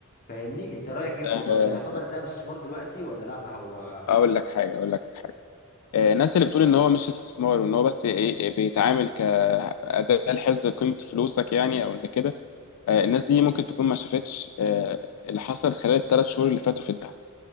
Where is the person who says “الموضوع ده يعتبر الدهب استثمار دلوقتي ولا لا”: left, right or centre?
Left